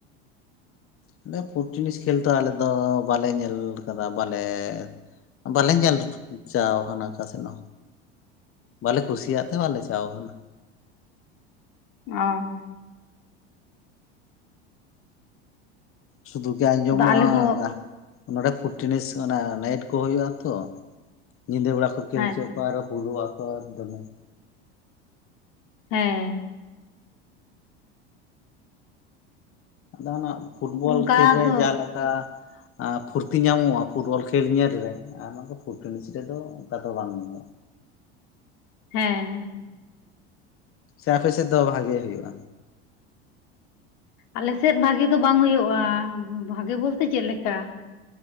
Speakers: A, on the left; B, on the left.
A: ᱚᱸᱵᱮ ᱯᱷᱩᱴ ᱴᱮᱱᱤᱥ ᱠᱷᱮᱞ ᱛᱚ ᱟᱞᱮ ᱫᱚ ᱵᱟᱞᱮ ᱧᱮᱞ ᱠᱟᱫᱟ ᱵᱟᱞᱮᱻ ᱾ ᱵᱟᱞᱮ ᱧᱮᱞ ᱪᱟᱣ ᱠᱟᱱᱟ ᱚᱠᱟᱥᱮᱫ ᱦᱚᱸ᱾ ᱵᱟᱞᱮ ᱠᱩᱥᱤᱭᱟᱜ ᱛᱮ ᱵᱟᱞᱮ ᱪᱟᱣ ᱠᱟᱱᱟ᱾
B: ᱩᱻ᱾
A: ᱥᱩᱫᱷᱩ ᱜᱮ ᱟᱸᱡᱚᱢᱚᱜ-ᱟᱻ᱾
B: ᱟᱫᱚ ᱟᱞᱮ ᱫᱚ
A: ᱱᱚᱸᱰᱮ ᱯᱷᱩᱴ ᱴᱮᱱᱤᱥ ᱚᱱᱟ ᱱᱟᱭᱤᱴ ᱠᱚ ᱦᱳᱭᱳᱜ-ᱟ ᱛᱚ, ᱧᱤᱫᱟᱹ ᱵᱮᱲᱟ ᱠᱚ ᱠᱷᱮᱞ
B: ᱦᱮᱸ
A: ᱦᱚᱪᱚ᱾ <unintelligible>
B: ᱦᱮᱸ᱾
A: ᱟᱫᱚ ᱱᱟᱜ ᱯᱷᱩᱴ ᱵᱚᱞ
B: ᱚᱱᱠᱟ
A: ᱠᱷᱮᱞ ᱨᱮ
B: ᱫᱚ
A: ᱡᱟᱦᱟᱸ ᱞᱮᱠᱟ ᱟ ᱯᱷᱩᱨᱛᱤ ᱧᱟᱢᱚᱜ-ᱟ ᱯᱷᱩᱴᱵᱚᱞ ᱠᱷᱮᱞ ᱧᱮᱞ ᱨᱮ, ᱟᱭᱢᱟ ᱠᱚ ᱯᱷᱩᱴ ᱴᱮᱱᱤᱥ ᱨᱮᱫᱚ ᱚᱱᱠᱟ ᱫᱚ ᱵᱟᱝ ᱧᱟᱢᱚᱜ-ᱟ᱾
B: ᱦᱮᱸ ᱦᱮᱸ᱾
A: ᱥᱮ ᱟᱯᱮ ᱥᱮᱫ ᱫᱚ ᱵᱷᱟᱜᱮ ᱦᱩᱭᱩᱜ-ᱟ?
B: ᱟᱞᱮᱥᱮᱫ ᱵᱷᱟᱜᱮ ᱫᱚ ᱵᱟᱝ ᱦᱩᱭᱩᱜ-ᱟ, ᱵᱷᱟᱜᱤ ᱵᱚᱞᱛᱮ ᱪᱮᱫ ᱞᱮᱠᱟ